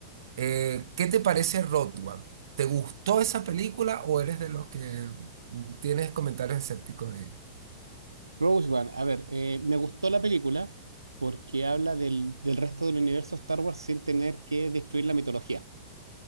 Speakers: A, on the right; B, on the right.
A: Eh, ¿qué te parece Road One? ¿Te gustó esa película o eres de los que mm, tienes comentarios escépticos de ella?
B: Rogue One, a ver, eh, me gustó la película porque habla del, del resto del universo Star Wars sin tener que destruir la mitología.